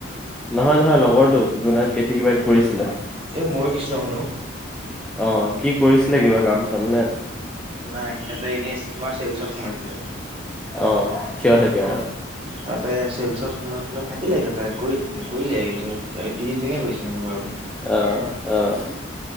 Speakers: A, in the centre; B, on the right.
A: নহয়-নহয় লগৰটোক। যোনে কেতি কিবাৰত কৰিছিলে।
B: এই মইও কিছুমান শুনো।
A: অঁহ', কি কৰিছিলে, কিবা কাম-চাম নে?
B: নাই, সিহঁতে এনেই তোমাৰ চেলছত ওচৰত সোমাইছে।
A: অঁহ', থিয় থাকে।
B: তা'তে চেলছত সোমাই পেলাই থাকিলে সিঁহতে কৰি-কৰিলে, কিন্তু ত্ৰিশ দিনে কৰিছে কিন্তু পুৰা-পুৰি।
A: অহ', -অহ', -।